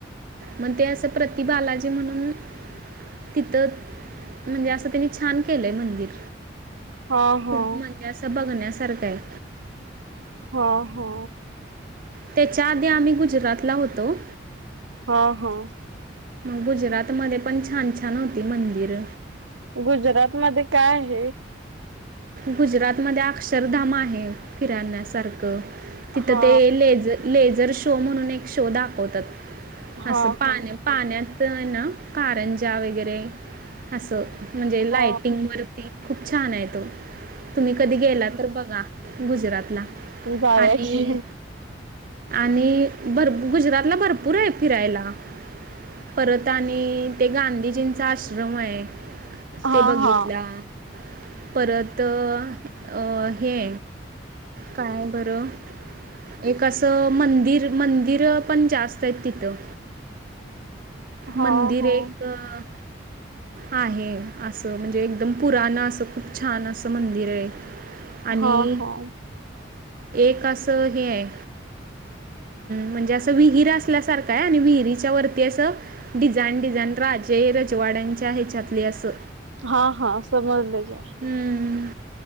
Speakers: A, on the right; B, on the right.
A: मग ते असं प्रति बालाजी म्हणून तिथं म्हणजे असं त्यांनी छान केलंय मंदिर.
B: हा हा
A: खूप म्हणजे असं बघण्यासारखं आहे.
B: हो, हो.
A: त्याच्या आधी आम्ही गुजरातला होतो.
B: हा, हा.
A: गुजरातमध्ये पण छान छान होती मंदिर.
B: गुजरात मध्ये काय आहे?
A: गुजरातमध्येध्ये अक्षरधाम आहे फिराण्यासारखं तिथं
B: हा
A: ते लेझ लेझर शो म्हणून एक शो दाखवतात
B: हा,
A: असं पाण्या
B: हा
A: पाण्यात ना कारंजा वगैरे असं म्हणजे
B: हा
A: लाईटिंग वरती खूप छान आहे तो तुम्ही कधी गेला तर बघा गुजरातला
B: जावया
A: आणि
B: की
A: आणि भर गुजरातला भरपूर आहे फिरायला परत आणि ते गांधीजींचा आश्रम हाय
B: हा
A: ते बघितला
B: हा
A: परत अ हे काय बरं एक अस अं मंदिर, मंदिरं पण जास्त आहेत तिथं
B: हा
A: मंदिर
B: हा
A: एकं आहे असं म्हणजे एकदम पुराण असं खूप छान असं मंदिर य आणि
B: हा हा
A: एक असं हे हाय म्हणजे अस विहीर असल्यासारख हाय आणि विहीरीच्या वर ती डिझाइन, डिझाइन राजे रजवाड्यांच्या ह्याच्यातली, असं
B: हा, हा समजलं की
A: हम्म,